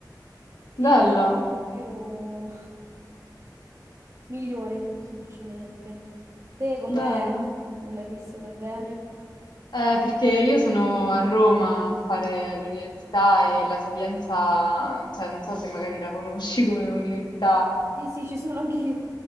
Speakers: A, on the left (about 80°); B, on the right (about 40°).
A: Bello,
B: in un'ottica più <laughs> migliore, semplicemente. Te com'è?
A: bello.
B: Non l'hai vissuta bene?
A: Eh, perché io sono a Roma a fare l'università e la Sapienza, cioè non so se magari la conosci come università
B: Sì, sì, ci sono anch'io.